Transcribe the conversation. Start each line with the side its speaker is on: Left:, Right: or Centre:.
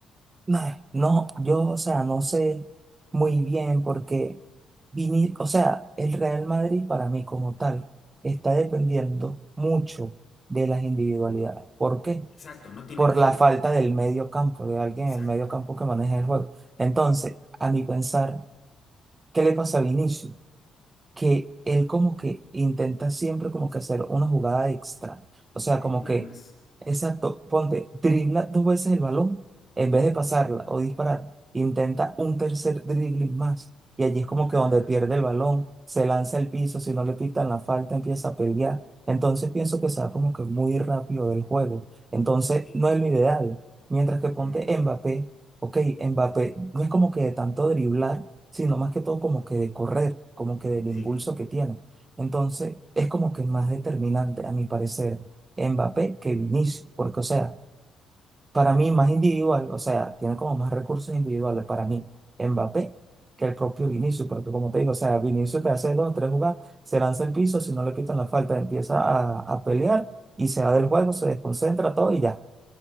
Right: no, no, yo, o sea, no sé muy bien porque vini- o sea, el Real Madrid para mí como tal está dependiendo mucho de las individualidades. ¿Por qué?
Left: Exacto, no tienen
Right: Por
Left: juego.
Right: la falta del medio campo, de alguien
Left: Exacto.
Right: en el medio campo que maneje el juego. Entonces, a mi pensar, ¿qué le pasa a Vinicius? que él como que intenta siempre como que hacer una jugada extra. O sea, como
Left: Eh, Una
Right: que,
Left: más.
Right: exacto, ponte, dribla dos veces el balón en vez de pasarla o disparar, intenta un tercer dribbling más. Y allí es como
Left: Claro,
Right: que donde pierde el balón, se lanza al piso, si no le pitan la falta, empieza a pelear. Entonces pienso que se va como que muy rápido del juego. Entonces
Left: sí.
Right: no es lo ideal. Mientras que ponte
Left: Mm,
Right: Mbappé, ok, Mbappé no es como que de tanto driblar sino más que todo como que de correr, como que del
Left: sí.
Right: impulso que tiene. Entonces, es como que es más determinante, a mi parecer, Mbappé que Vinicius, porque, o sea, para mí más individual, o sea, tiene como más recursos individuales para mí, Mbappé que el propio Vinicius, porque como te digo, o sea, Vinicius te hace dos, o tres jugadas, se lanza al piso, si no le quitan la falta, empieza a, a pelear y se va del juego, se desconcentra todo y ya,